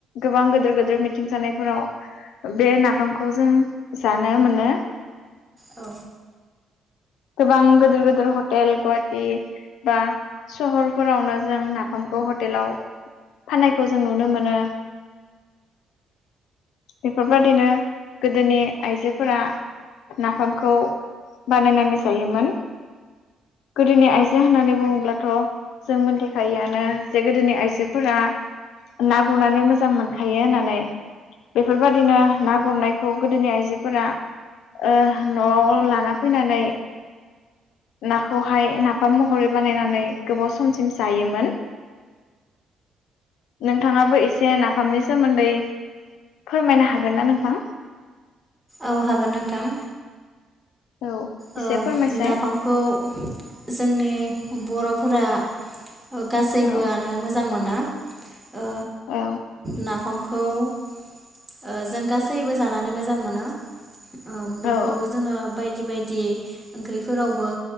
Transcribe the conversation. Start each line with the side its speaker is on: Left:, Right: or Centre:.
Left: गोबां गोदिर गोदिर मिथिं जानायफोराव बे नाफामखौ जों जानो मोनो।
Right: औ
Left: गोबां गोदिर गोदिर हटेल गुवाहाटि बा सहरफोरावनो जों नाफामखौ हटेलाव फाननायखौ जों नुनो मोनो। बेफोरबायदिनो गोदोनि आइजोफोरा नाफामखौ बानायनानै जायोमोन गोदोनि आइजो होननानै बुङोब्लाथ जों मोनथिखायोआनो जे गोदोनि आइजोफोरा ना गुरनानै मोजां मोनखायो होननानै बेफोरबादिनो ना गुरनायखौ गोदोनि आइजोफोरा ओ नआव लाना फैनानै नाखौहाय नाफाम महरै बानायनानै गोबाव समसिम जायोमोन। नोंथाङाबो एसे नाफामनि सोमोन्दै फोरमायनो हागोन ना नोंथां?
Right: औ हागोन नोंथां।
Left: औ
Right: ओ
Left: एसे फोरमायसाय
Right: नाफामखौ जोंनि बर फोर ओ गासैबोआनो
Left: औ
Right: मोजां मोनो ओ
Left: औ
Right: नाफामखौ खौ ओ जों गासैबो जानानै मोजां मोनो। ओ बेखौ
Left: औ
Right: जोङो बायदि बायदि बिदि ओंख्रिफोरावबो